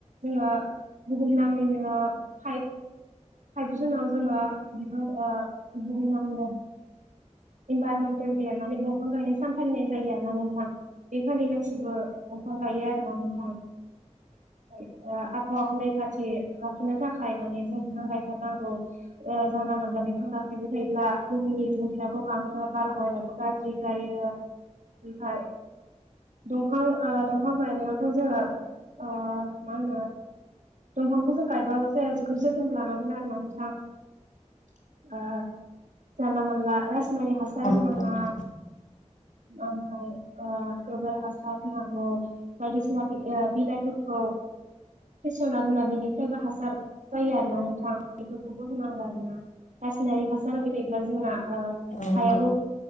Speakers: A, on the right; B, on the left.
A: जोङो बुहुमनाङै नो फाइब फाइभ जुनाव जोङो बिफां ओ बुंनांगोन इनभारमेन्टेल दे माने दंफां गायनाय सानफालिनाय जायो आरो ना नोंथां। बेखालि गासैबो दंफां गायो आरो ना नोंथां। खाय आबहावाखौ रैखाथि लाखिनो थाखाय माने जों बिफां गायथार नांगौ। ओ जानला मानला बिफां दानफायबाय थायोब्ला बुहुमनि दुंथायाबो बाङो बारहावायाबो गाज्रि जायो ओमफ्राय दंफां ओ दंफां गायनायावथ' जोङो ओ मा होनो दंफांखौ जों गायबाल' जाया बेखौ जोथोनबो लानांगोन आरोना नोंथां। ओ जानला-मानला रासायनारि हासार
B: औ
A: होनांआ।
B: नंगौ नोंथां
A: ओमफ्राय ओ गोबोर हासार होनांगौ बायदिसिना बि ओ बिलाइफोरखौ फेसेवना दोनना बेनिफ्रायबो हासार जायो आरो ना नोंथां बेफोरखौबो होनांगौ आरो ना। रासायनारि हासार होबाय थायोब्ला जोंना ओ
B: नंगौ।
A: हायाबो